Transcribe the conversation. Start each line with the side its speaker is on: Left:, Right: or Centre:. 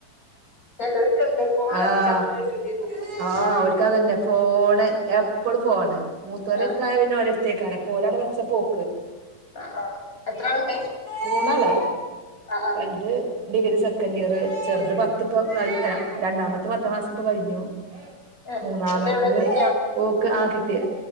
Left: ചിലർക്കുണ്ട് ഫോൺ
Right: ആഹ്
Left: അടിച്ചപ്പ കിട്ടേണ്ടിരും കൈക്ക്
Right: ആഹ് ഓല്ക്ക് അതന്നെ ഫോണ് എപ്പോഴും ഫോണ് മൂത്തോല
Left: ആഹ്
Right: അടുത്തായ പിന്നെ ഓല എടുത്തേക്കാരം ഇപ്പൊ ഒലെടെ വെച്ചപ്പോ ഓക്ക്
Left: ആഹ് ആഹ് എത്രളുണ്ട്
Right: മൂന്നാള്
Left: ആഹ് ആഹ്
Right: വലുത് ഡിഗ്രി സെക്കൻഡ് ഇയർ ചെറുത് പത്തിപ്പോ കഴിഞ്ഞ രണ്ടാമത്തെ പത്താം ക്ലാസ്സ്‌ ഇപ്പോ കഴിഞ്ഞു
Left: ഏഹ്
Right: മൂന്നാമത്ത
Left: എന്റെ ഇവിടെ കിട്ടിയോ
Right: ഓക്ക് ആഹ് കിട്ടിയ